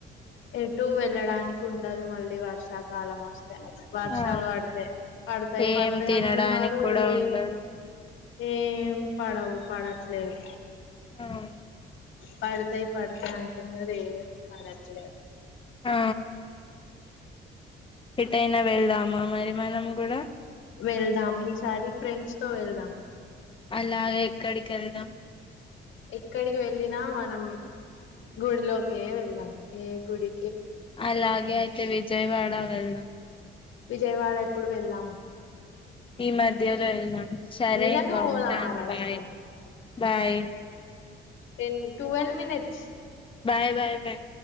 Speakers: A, on the left (about 75°); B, on the left (about 25°).
A: ఎటు వెళ్ళడానికి ఉండదు మళ్ళీ వర్షాకాలం వస్తే వర్షాలు
B: ఆ
A: పడితే పడతాయి
B: ఏం
A: పడతాయి
B: తినడానికి
A: అంటున్నారు
B: కూడా
A: ఏం
B: ఉండదు
A: ఏం పడవు పడట్లేదు
B: అవును
A: పడతాయి పడతాయి అంటున్నారు ఏం పడట్లేదు
B: ఆ ఎటైనా వెళ్దామా మరి మనం కూడా
A: వెళ్దాం ఈసారి ఫ్రెండ్స్ తో వెళ్దాం
B: అలా ఎక్కడికి వెళదాం
A: ఎక్కడికి వెళ్ళిన మనం గుడిలోకే వెళ్దాం ఏ గుడి
B: అలాగే అయితే విజయవాడ వెళ్దాం
A: విజయవాడ ఎప్పుడు వెళ్దాం
B: ఈ మధ్యలో వెళ్దాం సరే
A: నిజంగా
B: ఇంకా
A: పోదామారా
B: ఉంటాను బాయ్
A: ఈసారి
B: bye
A: ten twelve minutes
B: bye bye bye